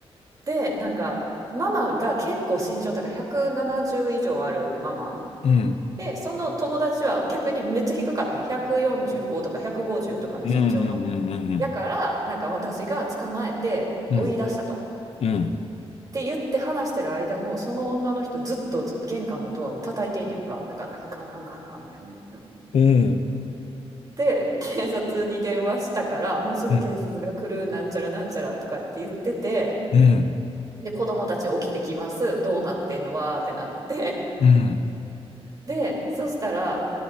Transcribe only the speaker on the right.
でなんかママが結構身長高い170以上あるママ
でその友達は逆にめっちゃ低かったね145とか150とかの身長の
やからなんか私が捕まえて追い出したと。
って言って話してる間もその女の人ずっと玄関のドアを叩いてんやんかなんかガンガンガンガンガンみたいな。
で警察に電話したからもうすぐ警察が来るなんちゃらなんちゃらとかって言ってて
で子供たち起きてきますどうなってんのわーってなって
で、そしたら、